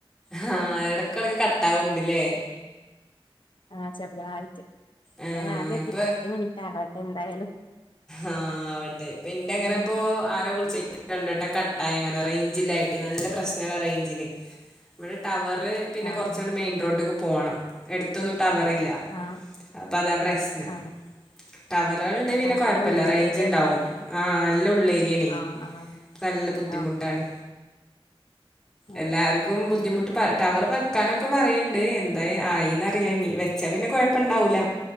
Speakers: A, in the centre; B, on the left.
A: ആ എടക്കെടക്ക് കട്ടാവ്ണ്ട്ല്ലേ
B: ആ ചെറുതായിട്ട് പിന്നെ
A: ആ
B: ഞാൻ വിചാരിച്ച്
A: ഇപ്പൊ
B: പത്ത് മിനിറ്റ് ആവട്ടെ എന്തായാലും
A: ആ ആവട്ടെ പി ന്റെ അങ്ങനെ
B: ഉം
A: പ്പോ ആരോ വിളിച്ചേ രണ്ടുവട്ടം ക ആയിങ്ങനെ റേയ്ഞ്ചില്ലായിട്ടേ നല്ല പ്രശ്നാണ് റേയ്ഞ്ചിന് ഇവിടെ ടവ റ് പിന്നെ
B: ആഹ്
A: കൊറച്ചൊന്ന് മെയിൽ റോട്ടിക്ക് പോണം എടുത്തൊന്നു ടവറില്ല
B: ആഹ്
A: അപ്പൊ അതാ പ്രശ്നം
B: ആഹ്
A: ടവറുകള്ണ്ടെ പിന്നെ
B: ആഹ്
A: പത്തല്ല
B: ഉള്ളേരിയല്ലേ
A: റേയ്ഞ്ചിണ്ടാവും ആ നല്ല ഉള്ളേ ഏരിയാണേ
B: ആഹ് ആഹ്
A: നല്ല ബുദ്ധിമുട്ടാണ്
B: ആഹ് ആഹ്
A: എല്ലാർക്കും ബുദ്ധിമു ട് പ ടവർ വെക്കാനൊക്കെ പറയ്ണ്ട് എന്തെ ആയിന്ന്റിയില്ല നീ വെച്ചാ പിന്നെ കൊഴപ്പണ്ടാവൂല